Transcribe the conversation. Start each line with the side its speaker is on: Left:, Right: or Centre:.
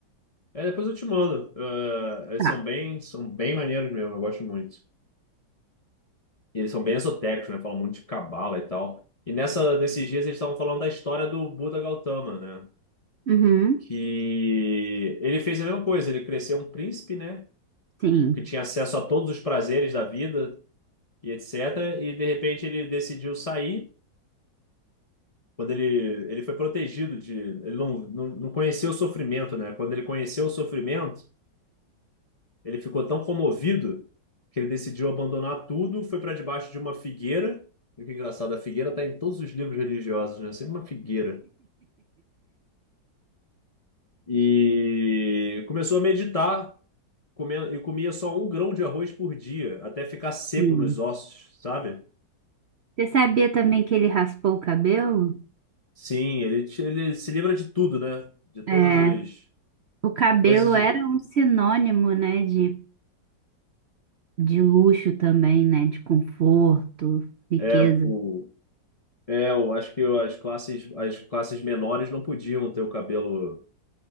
Left: É, depois eu te mando. Eh, eles
Right: Tá.
Left: são bem, são bem maneiros mesmo, eu gosto muito. E eles são bem esotéricos, né? Falam muito de cabala e tal. E nessa, nesses dias eles estavam falando da história do Buda Gautama, né?
Right: Uhum.
Left: Que ele fez a mesma coisa, ele cresceu um príncipe, né?
Right: Sim,
Left: Que tinha acesso a todos os prazeres da vida e etc. E de repente ele decidiu sair. Quando ele, ele foi protegido de. Ele não, não, não conheceu o sofrimento, né? Quando ele conheceu o sofrimento. Ele ficou tão comovido que ele decidiu abandonar tudo, foi para debaixo de uma figueira. E que é engraçado, a figueira está em todos os livros religiosos, né? Sempre uma figueira. E começou a meditar, comendo, e comia só um grão de arroz por dia, até ficar seco
Right: sim.
Left: nos ossos, sabe?
Right: Você sabia também que ele raspou o cabelo?
Left: Sim, ele, te- ele se livra de tudo, né? De todas
Right: É,
Left: as
Right: o cabelo
Left: coisas. de-
Right: era um sinônimo, né, de, de luxo também, né, de conforto, riqueza.
Left: É, o, é, eu acho que as classes, as classes menores não podiam ter o cabelo